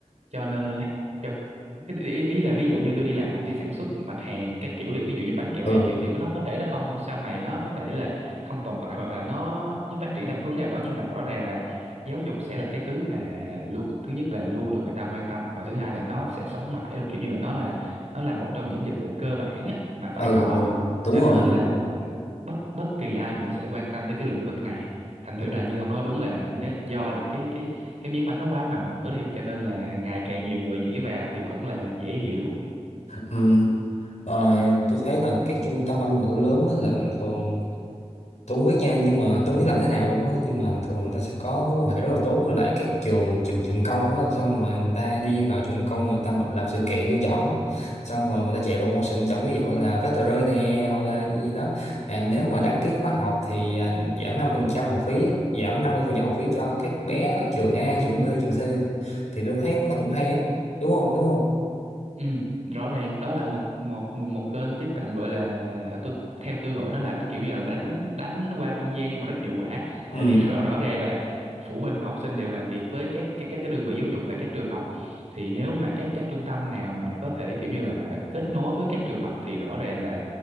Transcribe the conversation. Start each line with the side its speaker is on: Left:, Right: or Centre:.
Right: cho nên là <laughs> cho cái ý, ý là ví dụ như tôi đi làm công ty sản xuất mặt hàng các kiểu đi ví dụ như bánh kẹo
Left: Ừ.
Right: hay các kiểu thì nó có thể nó không sau này nó có thể là không tồn tại hoặc là nó nó phát triển theo một hướng nào đó nhưng mà rõ ràng là giáo dục sẽ là cái thứ mà luôn thứ nhất là luôn được người ta quan tâm và thứ hai là nó sẽ sống mãi luôn kiểu như là nó là nó là một trong những dịch vụ cơ bản á, mà phải
Left: ừ
Right: có
Left: ừ
Right: á.
Left: đúng
Right: cho
Left: rồi
Right: nên
Left: đúng
Right: là
Left: rồi
Right: bất bất kỳ ai cũng sẽ quan tâm tới cái lĩnh vực này thành
Left: ừ.
Right: thử là như ông nói đúng là nếu, do là cái cái cái miếng bánh nó quá màu mỡ đi cho nên là ngày càng nhiều người nhảy vào thì cũng là dễ hiểu
Left: Ừ. Ờ, tôi thấy là các trung tâm Anh ngữ lớn á là thường tôi không biết nha nhưng mà tôi không biết làm thế nào luôn á nhưng mà thường người ta sẽ có mối quan hệ rất là tốt với lại các trường trường trường công á xong rồi người ta đi vào trường công người ta mà làm sự kiện trong võng xong rồi người ta chạy promotion trong ví dụ là phát tờ rơi nè hoặc là gì gì đó à, nếu mà đăng ký khóa học thì à, giảm năm mươi phần trăm học phí giảm 50% học phí cho các bé ở trường A trường B trường C thì tôi thấy nó cũng hay á đúng không đúng không
Right: Ừ, rõ ràng đó là một một một, một kênh tiếp cận gọi là tôi theo tôi gọi nó là kiểu như là đánh đánh qua trung gian nhưng mà rất hiệu quả
Left: ừ
Right: tại vì <laughs> rõ rõ ràng là phụ huynh và học sinh đều làm việc với các các các cái đơn vị giáo dục là các trường học thì nếu mà các các trung tâm nào mà có thể kiểu như là kết nối với các trường học thì rõ ràng là